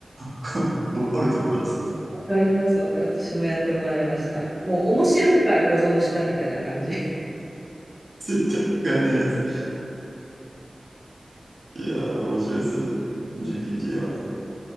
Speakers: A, on the right; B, in the centre.
A: こ怒るところですよ。
B: わかります。わか私もやってもらいました。もう面白いから保存したみたいな感じ。
A: 絶対使えないやつ。いやー、面白いですよね。GPT
B: うん
A: は。